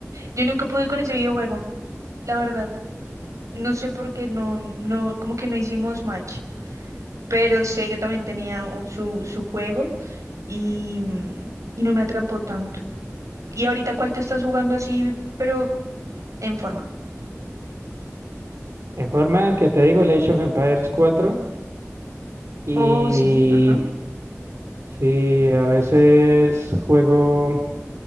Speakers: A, on the right; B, on the right.
A: Yo nunca pude con ese videojuego, la verdad. No sé por qué no, no, como que no hicimos match, pero sé que también tenía uh, su, su juego y, mm, y no me atrapó tanto. ¿Y ahorita cuál te estás jugando así, pero en forma?
B: En forma el que te digo, el Age of Empires 4 y
A: Oh, sí, ajá.
B: sí, a veces juego